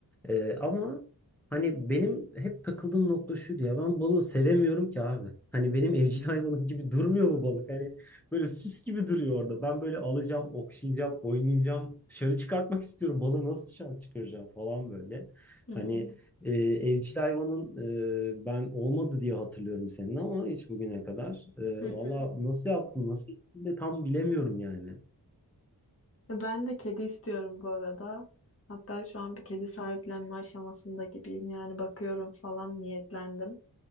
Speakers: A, in the centre; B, on the left.
A: Ee, ama Hani benim hep takıldığım nokta şuydu ya ben balığı sevemiyorum ki abi. Hani benim evcil hayvanım gibi durmuyor bu balık. Hani böyle süs gibi duruyor orada. Ben böyle alacağım, okşayacağım, oynayacağım. Dışarı çıkartmak istiyorum. Balığı nasıl dışarı çıkaracağım falan böyle.
B: Hı.
A: Hani e, evcil hayvanın e, ben olmadı diye hatırlıyorum senin ama hiç bugüne kadar. E,
B: Hı
A: valla
B: hı.
A: nasıl yaptın, nasıl ettin de tam bilemiyorum yani.
B: Ben de kedi istiyorum bu arada. Hatta şu an bir kedi sahiplenme aşamasında gibiyim. Yani bakıyorum falan niyetlendim.